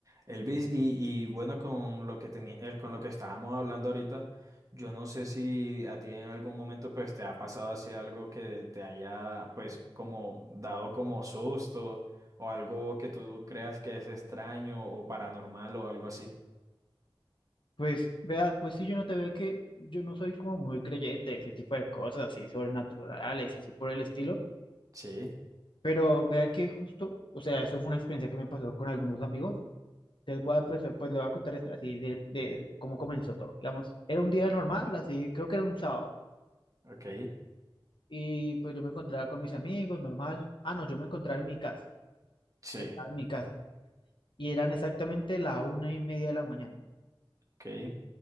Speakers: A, on the right; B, on the left.
A: Elvis, y, y bueno, con lo que tenía, eh, con lo que estábamos hablando ahorita, yo no sé si a ti en algún momento pues te ha pasado así algo que te haya pues como dado como susto o algo que tú creas que es extraño o paranormal o algo así.
B: Pues, vea, pues sí, yo no te veo que yo no soy como muy creyente de ese tipo de cosas así sobrenaturales y así por el estilo,
A: Sí,
B: pero vea que justo, o sea, eso fue una experiencia que me pasó con algunos amigos. Les voy a, pues, pues le voy a contar esto así de, de cómo comenzó todo. Digamos, era un día normal, así, creo que era un sábado,
A: ok,
B: y pues yo me encontraba con mis amigos, normal. Ah, no, yo me encontraba en mi casa,
A: sí,
B: estaba en mi casa, y eran exactamente la una y media de la mañana.
A: ok.